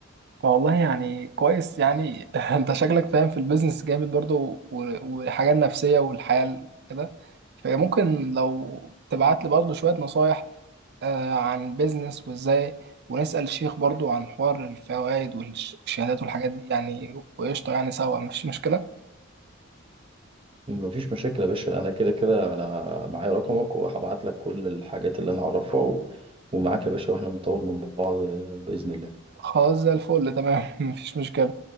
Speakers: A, on the right; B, on the right.
A: والله يعني كويس يعني <laughs> انت شكلك فاهم في البيزنس جامد برضو و- والحاجة النفسية والحياة ال- كده فممكن لو تبعت لي برضو شوية نصايح آه، عن البيزنس وازاي ونسأل الشيخ برضو عن حوار الفوائد والش- والشهادات والحاجات دي يعني وقشطة يعني سوا مفيش مشكلة
B: مفيش مشاكل يا باشا انا كده كده انا معايا رقمك وهبعت لك كل الحاجات اللي انا اعرفها و... ومعاك يا باشا واحنا نطور من بعض باذن الله
A: خلاص زي الفل تمام <laughs> مفيش مشكلة